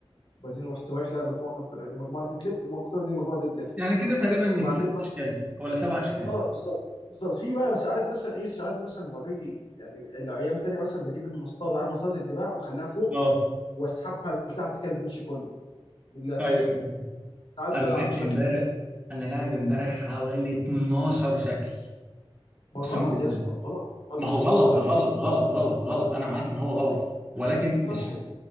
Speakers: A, on the left (about 65°); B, on the right (about 15°).
A: وبعدين رحت رايح لعب مجموعه قطنيه وبعدين مجموعه ديد ليفت المجموعه القطنيه دي مجموعه ديد ليفت
B: يعني كده تقريبا يجي
A: وبعدين
B: ست اشكال ولا سبع اشكال
A: اه بالظبط بالظبط في بقى ساعات مثلا ايه ساعات مثلا بجي يعني الايام تانية مثلا بجيب المسطره بتاعت مسطره الدراع واخليها فوق
B: اه
A: واسحبها لتحت كده البنش كله باللاتس
B: ايوه أيوة.
A: ساعات
B: انا
A: بلعب
B: لعبت
A: بالشكل
B: امبارح
A: ده
B: انا لاعب امبارح حوالي 12 شكل
A: ما
B: اقسم
A: غلط
B: بالله
A: يا اسطى غلط آه، مش
B: ما هو غلط
A: مش صحي
B: غلط غلط غلط غلط انا معاك ان هو غلط
A: ايوه
B: ولكن مش
A: صحي